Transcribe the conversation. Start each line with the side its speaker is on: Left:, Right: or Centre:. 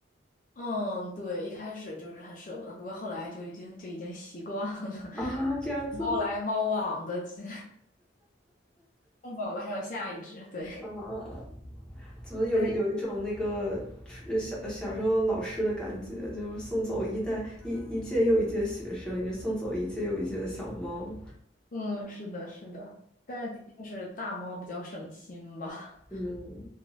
Left: 嗯，对，一开始就是很舍不得，不过后来就已经就已经习惯了，
Centre: 啊，
Left: <laughs>
Centre: 这样子，
Left: 猫来猫往的，<laughs> 这弄走了还有下一只，对。
Centre: 啊，怎么有有一种那个呃小小时候老师的感觉，
Left: 但是
Centre: 就是送走一代一一届又一届学生，也送走一届又一届的小猫。
Left: 嗯，是的，是的，但是的确是大猫比较省心吧。
Centre: 嗯，